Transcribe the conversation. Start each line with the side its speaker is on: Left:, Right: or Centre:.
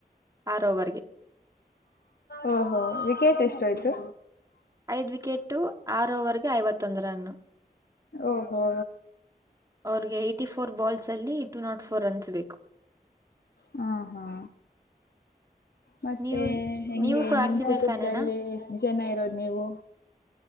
Right: ಆರ್ ಓವರ್ ಗೆ
Left: ಓ ಓ ವಿಕೆಟ್ ಎಷ್ಟ್ ಆಯ್ತು.
Right: ಐದ್ ವಿಕೆಟು ಆರು ಓವರ್ಗೆ ಐವತ್ತೊಂದ್ ರನ್.
Left: ಓಹೋ
Right: ಅವ್ರಗೆ ಎಟಿ <unintelligible> ಫೋರ್ ಬಾಲ್ಸ್ ಅಲ್ಲಿ ಟೂ ನಾಟ್ ಫೋರ್ ರನ್ಸ್ ಬೇಕು.
Left: ಹ ಹಾ ಮತ್ತೆ
Right: ನೀವು
Left: ಹೆಂಗೆ
Right: ನೀವು ಕೂಡ
Left: ನಿಮ್
Right: ಆರ್ ಸಿ ಬಿ
Left: ಕುಟುಂಬದಲ್ಲಿ
Right: ಫ್ಯಾನೇನಾ
Left: ಎಷ್ಟ ಜನ ಇರೋದು ನೀವು